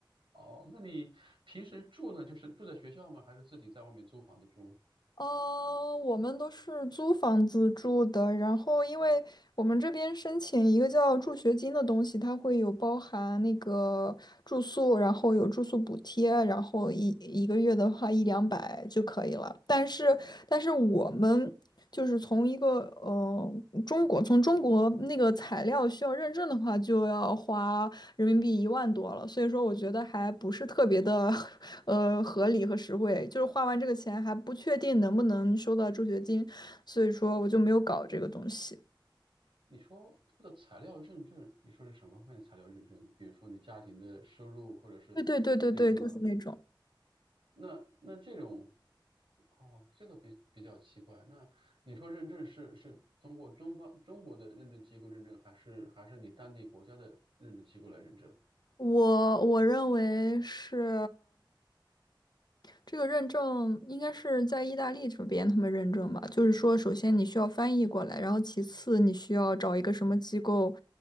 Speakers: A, on the right (about 85°); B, on the left (about 55°).
A: 哦，那你平时住呢，就是住在学校吗？还是自己在外面租房子住？
B: 呃，我们都是租房子住的，然后因为我们这边申请一个叫助学金的东西，它会有包含那个住宿，然后有住宿补贴，然后一一个月的话一两百就可以了。但是我们就是从一个呃中国从中国那个材料需要认证的话，就要花人民币一万多了，所以说我觉得还不是特别的 <laughs> 呃合理和实惠，就是花完这个钱还不确定能不能收到助学金，所以说我就没有搞这个东西。
A: 你说说的材料认证，你说是什么方面的材料认证？比如说你家庭的收入或者是这些吗？
B: 对对对对对，就是那种。
A: 那那这种，哦，这个比比较奇怪。那你说认证是是通过中方中国的认证机构认证，还是还是你当地国家的认证机构来认证？
B: 我我认为是这个认证应该是在意大利这边他们认证吧，就是说，首先你需要翻译过来，然后其次你需要找一个什么机构，